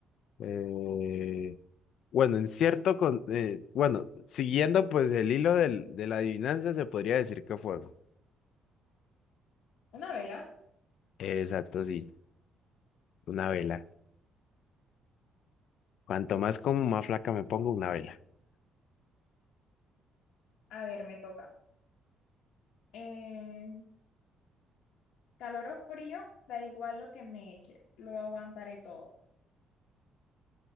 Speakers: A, on the left (about 65°); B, on the left (about 80°).
A: eh, bueno, en cierto, con, eh, bueno, siguiendo pues el hilo del, de la adivinanza, se podría decir que fuego.
B: Una vela.
A: Exacto, sí. Una vela. Cuanto más como, más flaca me pongo una vela.
B: A ver, me toca. Eh, calor o frío, da igual lo que me eches, lo aguantaré todo.